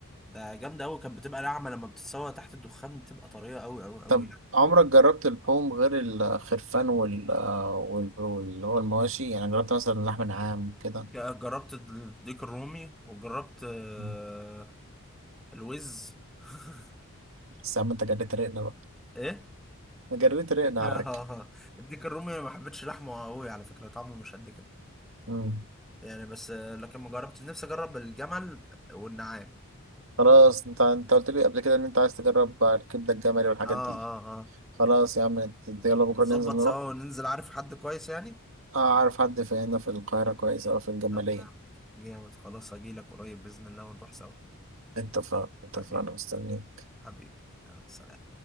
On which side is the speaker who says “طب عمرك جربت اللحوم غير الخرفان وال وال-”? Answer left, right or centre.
Right